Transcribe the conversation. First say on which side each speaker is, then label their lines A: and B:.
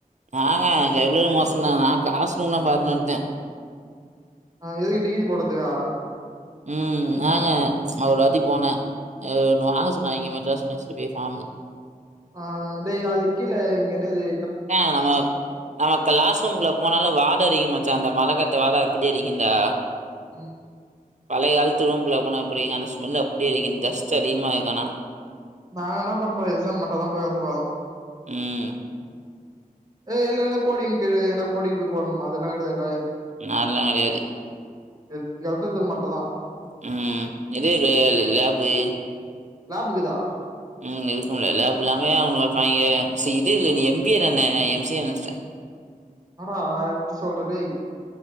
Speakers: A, on the right; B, on the right.
A: ஆங்க ரெகுலரும் மோசம் தா நா கிளாஸ் ரூம்லாம் பாத்துட்டு வந்துட்டேன்
B: ஆ எதுக்கு டிகிரி போடுறதுக்கா
A: ம் நாங்க அவ ரதி போனா அவா சொன்னா இங்க மெட்ராஸ் யுனிவர்சிட்டி வே பாம்
B: ஆ டேய் அதுக்கிழ இங்கென்னது
A: ஆ நம்ம நம்ம கிளாஸ்ரூம்குள்ள போனாலே வாட அதிகமாச்சா அந்த மழ கட் நாத்த வாட அப்டி அடிக்குன்டா
B: ம்
A: பழைய காலத்து ரூம்குள்ள போனா அப்டிக்கான ஸ்மெல் அப்டியே இருக்கின் டெஸ்ட் அதிகமா இருக்கு ஆனா
B: நா என்னா பண்ண போது எக்ஸாம் மட்டுந்தா போய் எழுதப்போறோ
A: ம்
B: ஏ இல்ல என்ன கோடிங் கிடைய என்ன கோடிங் போய் போடுணுமா அதெல்லா கெடையாதுல்ல
A: நான்லா கெடையாது
B: எத் எழுதுறது மட்டுதா
A: ம் இது லே லேப்பு
B: லேப் இக்குதா
A: ம் இருக்கும்ல லேப் இல்லாமயா அவங்கள <unintelligible> சி இதுல்ல நீ எம் பி ஏ தான நா எம் சி ஏன் நெனச்சுட்ட
B: ஆடா இப்டி சொல்ற டேய்